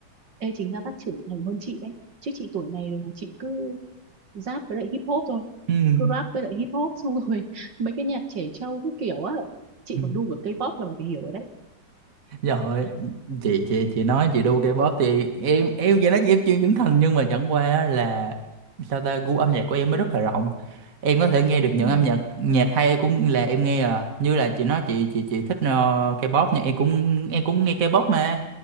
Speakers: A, on the right (about 60°); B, on the right (about 40°).
A: ê chính ra bác trưởng thành hơn chị ấy chứ chị tuổi này rồi mà chị cứ rap với lại hip hop thôi
B: Ừ.
A: cứ rap với lại hip hop xong rồi <laughs> mấy cái nhạc trẻ trâu cái kiểu á
B: <laughs>
A: chị
B: Ừ.
A: còn đu cả K-pop là mày phải hiểu rồi đấy
B: Rồi, chị chị chị nói chị đu K-pop thì em em vậy nói chị em chuyên trưởng thành nhưng mà chẳng qua á là sao ta gu âm nhạc của em nó rất là rộng. Em có thể nghe được những
A: ừ.
B: âm nhạc nhạc hay em cũng là em nghe à. Như là chị nói chị chị chị thích ờ, K-pop nhưng em cũng em cũng nghe K-pop mà.